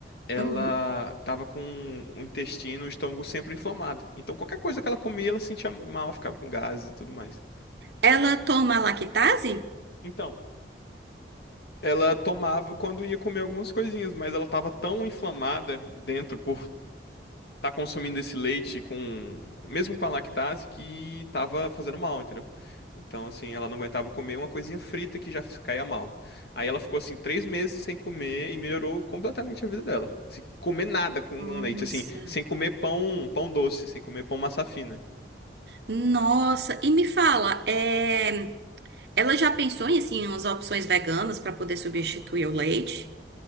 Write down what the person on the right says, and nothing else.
uhum.
Ela toma lactase?
Nossa.
Nossa, e me fala, é, ela já pensou em assim umas opções veganas para poder substituir o leite?